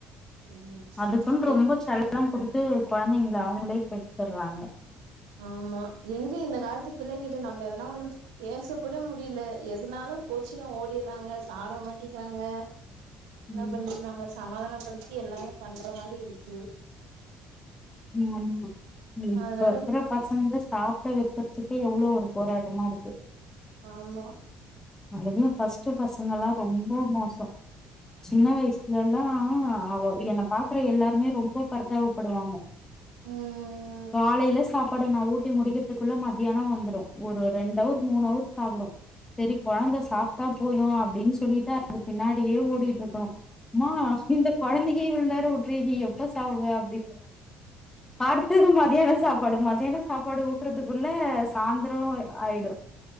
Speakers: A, on the right; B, on the left.
A: ம்
B: அதுக்குனனு ரொம்போ
A: எங்
B: செல்லம் குடுத்து கொழந்தைங்கள அவுங்களே கெடுத்துர்றாங்க
A: ஆமா எங்க இந்த காலத்து பிள்ளைங்கிட்ட நம்ம எதனா ஒண்ணு பேச கூட முடியல எதனாலு கோச்சினு ஓடிராறாங்க சாப்ட மாட்டிக்கிறாங்க என்ன
B: ம்
A: பண்றது நம்ம சமாதான படுத்தி எல்லாமே பண்ற மாரி இருக்கு
B: ஆமா உம் இப்ப
A: அதனால
B: இருக்கிற
A: பே
B: பசங்களே சாப் சாப்பிட வெக்கிறதுதுக்கு எவ்ளோ ஒரு போராட்டமா இருக்கு
A: ஆமா
B: அதுதா ஃபர்ஸ்ட் ஃபர்ஸ்ட் பசங்கல்லா ரொம்ப மோசோ சின்ன வயசுலல்லா அவ என்ன பாக்குற எல்லாருமே ரொம்ப பரிதாபப்படுவாங்க
A: ம்
B: காலைல சாப்பாட நா ஊட்டி முடிக்கிறதுக்குள்ள மதியானம் வந்துரு ஒரு ரெண்டு அவர் மூணு அவர் சாப்டு, சேரி கொழந்த சாப்ட்டா போதும் அப்டின்னு சொல்லிட்டு அது பின்னாடியே ஓடிட்டு இருக்கணு மா இந்த கொழந்தைங் கே இவ்ளோ நேரோ ஊட்றியே டி எப்பதா சாப்டுவ அப்டிம்பாங்க அடுத்தது மதியான சாப்பாடு மதியான சாப்பாடு ஊட்டுறதுக்குள்ள சாய்ந்தரம் ஆயிடு